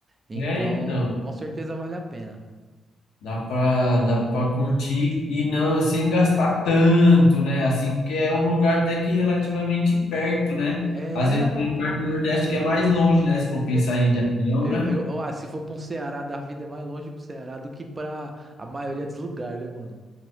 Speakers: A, on the right; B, on the left.
A: Então,
B: É, então.
A: com certeza vale a pena.
B: Dá pra, dá pra curtir e não sem gastar tanto, né? Assim, porque é um lugar até que relativamente perto, né?
A: É,
B: Às vezes
A: na-
B: tem um lugar do Nordeste que é mais longe, né? Se for pensar
A: é,
B: em ir de avião,
A: eu,
B: né?
A: eu, eu- ah, se for pra um Ceará da vida, é mais longe pro Ceará do que pra a maioria dos lugares, né, mano?